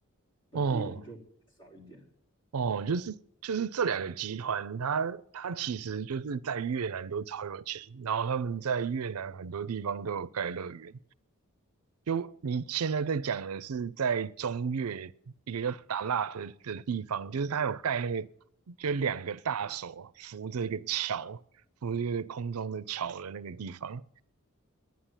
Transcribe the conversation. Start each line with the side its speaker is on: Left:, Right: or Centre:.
Left: 本地人就少一点。
Right: 哦哦，就是就是这两个集团，它它其实就是在越南都超有钱，然后他们在越南很多地方都有盖乐园。就你现在在讲的是在中越一个叫达腊的的地方，就是它有盖那个，就两个大手扶着一个桥，扶着一个空中的桥的那个地方，